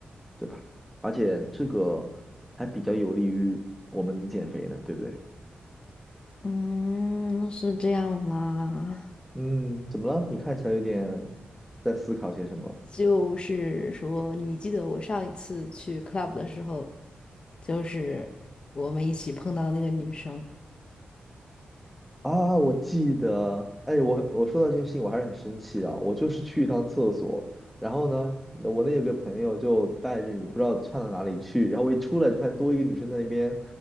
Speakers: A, in the centre; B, on the left.
A: 对吧？而且这个还比较有利于我们减肥呢，对不对？
B: 嗯，是这样吗？
A: 嗯，怎么了？你看起来有点在思考些什么
B: 就是说，你记得我上一次去 club 的时候，就是我们一起碰到那个女生。
A: 啊？我记得，哎，我我说到这件事情，我还是很生气啊。我就是去一趟厕所，然后呢，我那有个朋友就带着你不知道窜到哪里去，然后我一出来就发现多一个女生在那边，